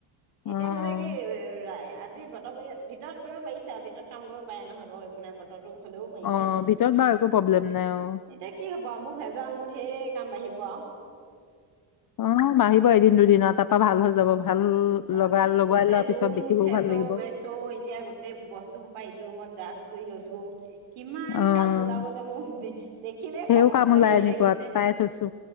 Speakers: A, on the right (about 85°); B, on the left (about 45°).
A: এতিয়া
B: অ',
A: মানে
B: অ',
A: কি! <unintelligible> যি বতৰ পৰি, ভিতৰত কৰিব পাৰিছা। আৰু ভিতৰত কাম কৰিব পাৰে নহয় বাৰু! একো নাই বতৰতো। হ'লেও পাৰিছে।
B: অ', ভিতৰত বাৰু একো প্ৰব্লেম নাই অ',
A: এতিয়া কি হ'ব আৰু! মোৰ ভেজাল, মোৰ ঢেৰ কাম বাঢ়িব। ৱাহ।
B: অ' বাঢ়িব। এদিন-দুদিন আৰু, তাৰ পৰা ভাল হৈ যাব। ভাল
A: বা
B: লগা লগাই
A: গোটেই
B: লোৱাৰ পিছত
A: ৰুম
B: দেখিবও
A: খেচৌ-মেচৌ
B: ভাল লাগিব।
A: এতিয়া গোটেই বস্তুসোপা ইটো ৰুমত জাষ্ট। কৰি লৈছো। কিমান
B: অ',
A: কাম ওলাব যে, মোক দেখিলে
B: ধেও কাম ওলাই
A: হেৰি
B: এনেকুৱাত
A: লাগিছে।
B: পাই থৈছো